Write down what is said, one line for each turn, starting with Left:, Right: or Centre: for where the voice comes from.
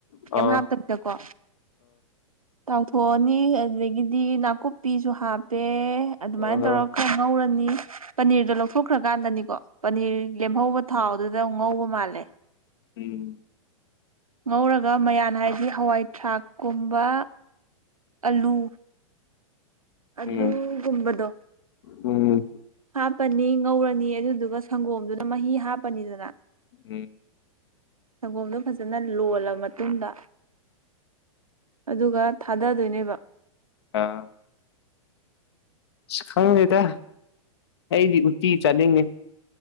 Left: ꯑ
Right: ꯀꯦꯝ
Left: ꯑ
Right: ꯍꯥꯞꯇ ꯀꯣ ꯇꯥꯎꯊꯣꯛꯑꯅꯤ ꯑꯗꯒꯤ ꯗꯤ ꯅꯥꯀꯨꯞꯄꯤꯁꯨ ꯍꯥꯞꯄꯦ ꯑꯗꯨꯃꯥꯏꯅ
Left: ꯑ
Right: ꯇꯧꯔ ꯈꯔ ꯉꯧꯔꯅꯤ ꯄꯅꯤꯔꯗꯣ ꯂꯧꯊꯣꯛꯈ꯭ꯔꯀꯥꯟꯗꯅꯤꯀꯣ ꯄꯅꯤꯔ ꯂꯦꯝꯍꯧꯕ ꯊꯥꯎꯗꯨꯗ ꯉꯧꯕ ꯃꯥꯜꯂꯦ
Left: ꯎꯝ
Right: ꯉꯧꯔꯒ ꯃꯌꯥꯟ ꯍꯥꯏꯗꯤ ꯍꯋꯥꯏ ꯊꯔꯥꯛ ꯀꯨꯝꯕ ꯑꯂꯨ ꯑꯗꯨꯒꯒꯨꯝꯕꯗꯣ
Left: ꯎꯝ ꯎꯝ
Right: ꯍꯥꯞꯄꯅꯤ ꯉꯧꯔꯅꯤ ꯑꯗꯨꯗꯨꯒ ꯁꯪꯒꯣꯝꯗꯨꯅ ꯃ ꯍꯤ ꯍꯥꯄꯅꯤꯗꯅꯥ
Left: ꯎꯝ
Right: ꯁꯪꯒꯣꯝꯗꯣ ꯐꯖꯅ ꯂꯣꯜꯂ ꯃꯇꯨꯡꯗ ꯑꯗꯨꯒ ꯊꯥꯗꯗꯣꯏꯅꯦꯕ
Left: ꯑꯥ ꯑꯁ ꯈꯪꯗꯦꯗ ꯑꯩꯗꯤ ꯎꯇꯤ ꯆꯥꯅꯤꯡꯉꯦ